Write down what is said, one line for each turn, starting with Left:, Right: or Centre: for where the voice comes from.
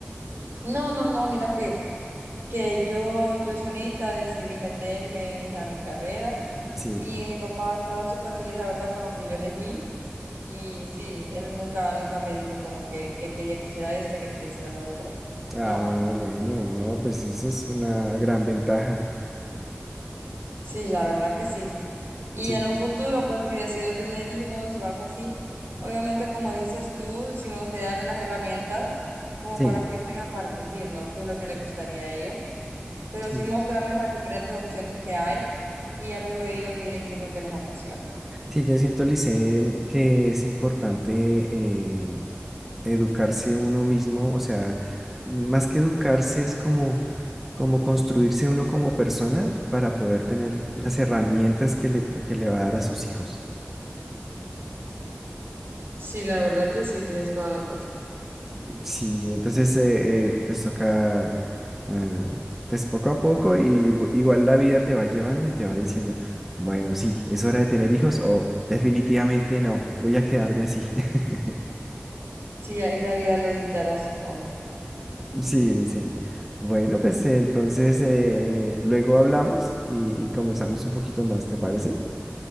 Right: No, no, no, mira que... que yo, yo solita decidí meterme a mi carrera
Centre: Sí.
Right: y mi papá estaba súper feliz, la verdad, con lo que yo elegí y sí, él nunca, nunca me dijo como que, que quería que hiciera esto, que quería hacer lo otro.
Centre: Ah,
Right: No,
Centre: bueno, no, pues eso es una gran ventaja.
Right: sí, la verdad que sí. Y
Centre: Sí,
Right: en un futuro, pues si decido tener hijos o algo así, obviamente como dices tú, sí me gustaría darle las herramientas como
Centre: sí,
Right: para que ellos tengan para elegir, ¿no? ¿Qué es lo que les gustaría a ellos? Pero
Centre: sí.
Right: sí mostrarles las diferentes opciones que hay y ya luego ellos miren qué es lo que les apasiona.
Centre: Sí, yo siento, Licen, que es importante eh, educarse uno mismo, o sea, más que educarse es como, como construirse uno como persona para poder tener las herramientas que le, que le va a dar a sus hijos.
Right: Sí, la verdad que sí, tienes toda la razón.
Centre: Sí, entonces eh, eh, pues toca, eh, pues poco a poco y u- igual la vida te va llevando y te va diciendo, bueno, sí, es hora de tener hijos o definitivamente no, voy a quedarme así. <laughs>
Right: Sí, ahí la vida lo dictará, supongo.
Centre: Sí, dicen. Bueno, pues eh, entonces eh, luego hablamos y, y conversamos un poquito más, ¿te parece?